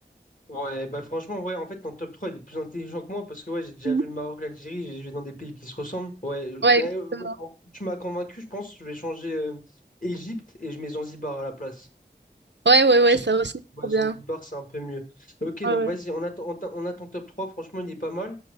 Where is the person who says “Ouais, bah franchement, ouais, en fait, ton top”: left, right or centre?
Left